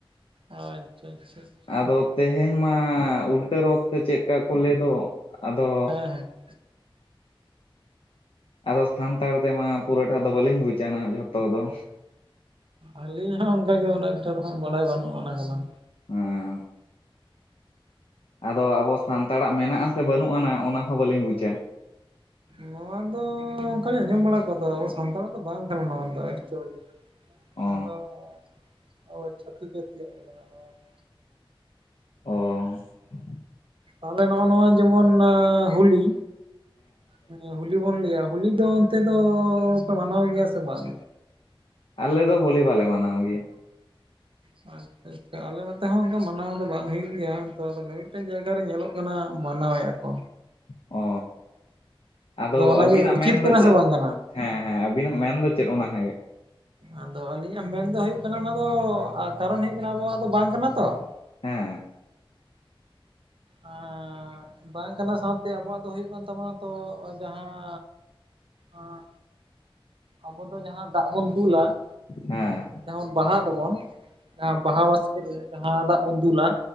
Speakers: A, on the right; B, on the left.
A: ᱟᱪᱪᱷᱟ ᱟᱪᱪᱷᱟ ᱾
B: ᱟᱫᱚ ᱛᱮᱦᱮᱧ ᱢᱟ ᱩᱞᱴᱟᱹ ᱨᱚᱛᱷ ᱥᱮ ᱪᱮᱫᱠᱟ ᱠᱚ ᱞᱟᱹᱭ ᱫᱚ ᱟᱫᱚ
A: ᱦᱮᱸ ᱾
B: ᱟᱫᱚ ᱥᱟᱱᱛᱟᱲ ᱛᱮᱢᱟ ᱯᱩᱨᱟᱹᱴᱟᱜ ᱫᱚ ᱵᱟᱹᱞᱤᱧ ᱵᱩᱡᱟ ᱚᱱᱟ ᱡᱷᱚᱛᱚ ᱫᱚ ᱾
A: ᱟᱹᱞᱤᱧ ᱦᱚᱸ ᱚᱱᱠᱟ ᱜᱮ ᱩᱱᱟᱹᱜ ᱮᱠᱴᱟ ᱫᱚ ᱦᱟᱸᱜ ᱵᱟᱲᱟᱭ ᱵᱟᱹᱱᱩᱜᱼᱟ ᱚᱱᱟ ᱠᱚᱫᱚ ᱾
B: ᱦᱮᱸ ᱾ ᱟᱫᱚ ᱟᱵᱚ ᱥᱟᱱᱛᱟᱲᱟᱜ ᱢᱮᱱᱟᱜᱼᱟ ᱥᱮ ᱵᱟᱹᱱᱩᱜ ᱟᱱᱟ ᱚᱱᱟ ᱦᱚᱸ ᱵᱟᱹᱞᱤᱧ ᱵᱩᱡᱟ ᱾
A: ᱱᱚᱣᱟ ᱫᱚᱻ ᱚᱱᱠᱟ ᱞᱤᱧ ᱟᱸᱡᱚᱢ ᱵᱟᱲᱟ ᱠᱚᱣᱟ ᱛᱚ ᱟᱵᱚ ᱥᱟᱱᱛᱟᱲᱟᱜ ᱫᱚ ᱵᱟᱝ ᱠᱟᱱᱟ ᱱᱚᱣᱟ ᱫᱚ ᱮᱠᱪᱩᱭᱮᱞᱤ ᱾
B: ᱚ
A: ᱟᱫᱚ ᱪᱷᱟᱹᱛᱤᱠ ᱡᱟᱹᱛᱤᱭᱟᱜ ᱠᱟᱱᱟ ᱱᱚᱣᱟ ᱫᱚ ᱾
B: ᱚᱻ ᱾
A: ᱛᱟᱦᱞᱮ ᱱᱚᱜᱼᱚ ᱱᱚᱣᱟ ᱡᱮᱢᱚᱱ ᱦᱩᱞᱤ ᱦᱮᱸ ᱦᱩᱞ ᱡᱩᱫᱤ ᱵᱚᱱ ᱞᱟᱹᱭᱟ ᱦᱩᱞᱤ ᱫᱚ ᱚᱱᱛᱮ ᱫᱚᱻ ᱯᱮ ᱢᱟᱱᱟᱣ ᱜᱮᱭᱟ ᱥᱮ ᱵᱟᱝ?
B: ᱟᱞᱮ ᱫᱚ ᱦᱳᱞᱤ ᱵᱟᱞᱮ ᱢᱟᱱᱟᱣ ᱜᱮᱭᱟ ᱾
A: <unintelligible> ᱟᱞᱮ ᱱᱚᱛᱮ ᱦᱚᱸ ᱚᱱᱠᱟ ᱢᱟᱱᱟᱣ ᱫᱚ ᱵᱟᱝ ᱦᱩᱭᱩᱜ ᱜᱮᱭᱟ, ᱛᱚ ᱟᱫᱚ ᱢᱤᱼᱢᱤᱫᱴᱮᱱ ᱡᱟᱭᱜᱟ ᱨᱮ ᱧᱮᱞᱚᱜ ᱠᱟᱱᱟ ᱢᱟᱱᱟᱣᱮᱫ ᱟᱠᱚ᱾
B: ᱚ ᱟᱫᱚ
A: ᱚᱱᱟᱜᱮ
B: ᱟᱹᱵᱤᱱᱟᱜ
A: ᱩᱪᱤᱛ
B: ᱢᱮᱱ
A: ᱠᱟᱱᱟ
B: ᱫᱚ ᱪᱮᱫ?
A: ᱥᱮ ᱵᱟᱝ ᱠᱟᱱᱟ?
B: ᱦᱮᱸ ᱦᱮᱸ ᱟᱹᱵᱤᱱᱟᱜ ᱢᱮᱱ ᱫᱚ ᱪᱮᱫ? ᱚᱱᱟ ᱦᱮᱸ
A: ᱟᱫᱚ ᱟᱹᱞᱤᱧᱟᱜ ᱢᱮᱱ ᱫᱚ ᱦᱩᱭᱩᱜ ᱠᱟᱱᱟ ᱚᱱᱟ ᱫᱚ ᱠᱟᱨᱚᱱ ᱦᱩᱭᱩᱜ ᱠᱟᱱᱟ ᱟᱵᱚᱣᱟᱜ ᱫᱚ ᱵᱟᱝ ᱠᱟᱱᱟ ᱛᱚ ᱾
B: ᱦᱮᱸ ᱾
A: ᱦᱮᱸᱻ ᱵᱟᱝ ᱠᱟᱱᱟ ᱥᱟᱶᱛᱮ, ᱟᱵᱚᱣᱟᱜ ᱫᱚ ᱦᱩᱭᱩᱜ ᱠᱟᱱ ᱛᱟᱵᱚᱱᱟ ᱛᱚ ᱡᱟᱦᱟᱸ ᱟᱸ ᱟᱵᱚ ᱫᱚ ᱡᱟᱦᱟᱸ ᱫᱟᱜ ᱵᱚᱱ ᱫᱩᱞᱟ ᱾
B: ᱦᱮᱸ ᱾
A: ᱡᱮᱢᱚᱱ ᱵᱟᱦᱟᱜ ᱫᱚᱵᱚᱱ, ᱵᱟᱦᱟ ᱵᱟᱥᱠᱮ ᱨᱮ ᱡᱟᱦᱟᱸ ᱫᱟᱜ ᱵᱚᱱ ᱫᱩᱞᱟ